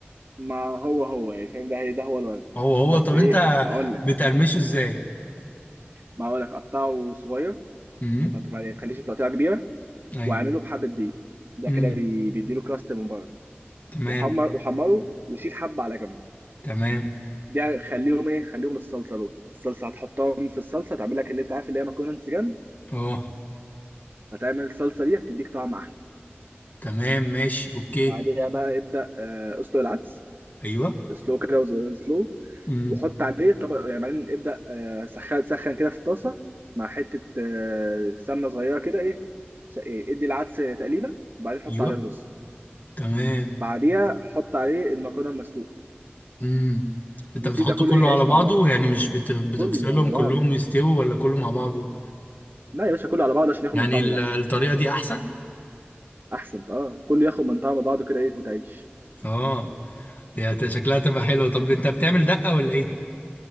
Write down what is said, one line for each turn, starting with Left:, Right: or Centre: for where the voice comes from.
Right: ما هو هو يعني فاهم ده هي ده هو الغرض
Left: هو هو
Right: بس
Left: طب
Right: ايه
Left: انت
Right: هقول لك
Left: بتقرمشه ازاي؟
Right: ما هقول لك قطعه صغير
Left: امم
Right: ما تقط- ما- يعني تخليش التقطيعه كبيره
Left: ايوه
Right: واعمله بحبه دقيق ده
Left: امم
Right: كده بي- بيديله كراست من بره
Left: تمام
Right: وحمر وحمره وشيل حبه على جنب
Left: تمام
Right: دي خليهم ايه خليهم الصلصه دول الصلصه هتحطهم في الصلصه تعمل لك اللي انت عارف اللي هي مكرونه انسجام
Left: اه
Right: هتعمل الصلصه دي هتديك طعم احلى
Left: تمام ماشي اوكي
Right: بعدها بقى ابدا آه، اسلق العدس
Left: ايوه
Right: سلو كده سلو
Left: امم
Right: وحط عليه طبق يعني بعدين ابدأ آه، سخن سخن كده في الطاسة مع حتة آه، سمنة صغيرة كده ايه س- إيه، ادي العدس تقليبة وبعدين حط
Left: ايوه
Right: عليه الرز
Left: تمام
Right: بعديها حط عليه المكرونة المسلوقة
Left: امم انت
Right: وسيب
Left: بتحطه
Right: ده كله
Left: كله
Right: ايه يعيش
Left: على بعضه
Right: مع بعض
Left: يعني مش بت... بتفصلهم
Right: كله على
Left: كلهم
Right: بعضه
Left: يستووا ولا كله مع بعضه؟
Right: لا يا باشا كله على بعضه عشان ياخد
Left: يعني
Right: من طعم
Left: ال-
Right: بعض
Left: الطريقة دي احسن؟
Right: احسن اه كله ياخد من طعم بعضه كده ايه وتعيش
Left: اه يا ت- شكلها تبقى حلوة طب انت بتعمل دقة ولا ايه؟